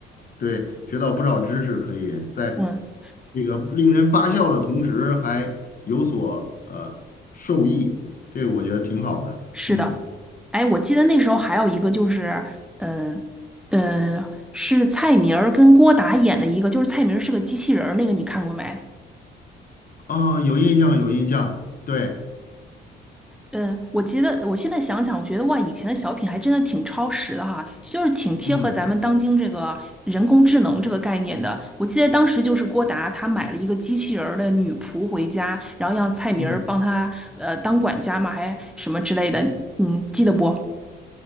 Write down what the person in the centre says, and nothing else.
嗯。
是的，
哎，我记得那时候还有一个就是，嗯嗯，是蔡明儿跟郭达演的一个，就是蔡明儿是个机器人儿，那个你看过没？
嗯，我记得我现在想想，我觉得哇，以前的小品还真的挺超时的哈，就是挺贴合咱们当今这个人工智能这个概念的。
我记得当时就是郭达他买了一个机器人儿的女仆回家，然后让蔡明儿帮他呃当管家嘛，
还什么之类的，嗯，记得不？